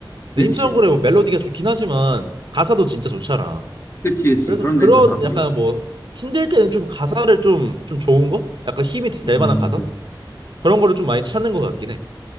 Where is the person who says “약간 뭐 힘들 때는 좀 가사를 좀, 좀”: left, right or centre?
Right